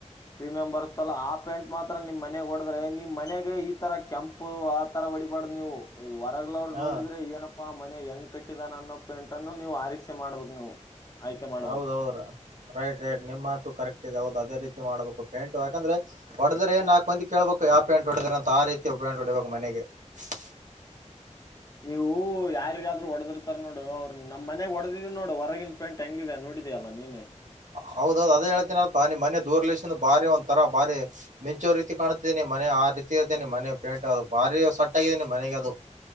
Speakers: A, on the left (about 30°); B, on the right (about 85°).
A: ಪ್ರೀಮಿಯಂ ಬರುತ್ತಲ್ಲ ಆ ಪೆಂಟ್ ಮಾತ್ರ ನಿಮ್ ಮನೆಗ ಹೊಡದ್ರೆ ನಿಮ್ ಮನೆಗೆ ಈ ತರ ಕೆಂಪು ಆತರ ಹೊಡೀಬಾರ್ದು ನೀವು ಈ ಹೊರಗ್ಲ ಅವ್ರು
B: ಹಾ
A: ನೋಡಿದ್ರೆ ಏನಪ್ಪಾ ಮನೆ ಹೆಂಗ್ ಕಟ್ಟಿದಾನ ಅನ್ನೋ ಪೆಂಟನ್ನು ನೀವು ಆರೀಕ್ಷೆ ಮಾಡ್ಬೇಕಕ್ ನೀವು ಆಯ್ಕೆ ಮಾಡ್ಬೇಕು
B: ಹೌದ ಹೌದ್ರ ರೈಟ್ ರೈಟ್ ನಿಮ್ ಮಾತು ಕರೆಕ್ಟ್ ಇದೆ ಹೌದು ಅದೇ ರೀತಿ ಮಾಡಬೇಕು ಪೇಂಟ್ ಯಾಕಂದ್ರೆ ಹೊಡದ್ರ ನಾಕ್ ಬಂದ್ ಕೇಳ್ಬೇಕು ಯಾವ ಪೇಂಟ್ ಹೊಡದ್ರ ಅಂತ ಆ ರೀತಿ ಪೇಂಟ್ ಹೊಡಿಬೇಕು ಮನೆಗೆ ಕೆ
A: <unintelligible> ನೀವು ಯಾರಿಗಾದ್ರರು ಹೊಡದಿರ್ತಾರ ನೋಡು ಅವ್ರ ನಮ್ಮ ಮನೆಗ್ ಹೊಡದಿದಾರೆ ನೋಡು ಹೊರಗಿನ ಪೈಂಟ್ ಹೆಂಗಿದೆ ನೋಡಿದಿಯಾ ನೋಡಿದೀಯಲ್ಲ ನೀನೇ
B: ಹೌದೌದು ಅದೇ ಹೇಳ್ತೀನ ಅಲ್ಪ್ಪ ನಿಮ್ಮ ಮನೆ ದೂರ್ಲಸ ಬಾರಿ ಒಂದ್ರ ಬಾರಿ ಒಂತರ ಬಾರಿ ಮಿಚ್ಚು ರೀತಿ ಕಾಣುತದೆ ಮನೆ ಆ ರೀತಿ ಇರ್ತೇನೆ ಮನೆ ಪೇಂಟ್ ಅದು ಬಾರಿ ಸಟ್ ಆಗಿದ್ದೇನಿ ಮನೆಗೆ ಅದು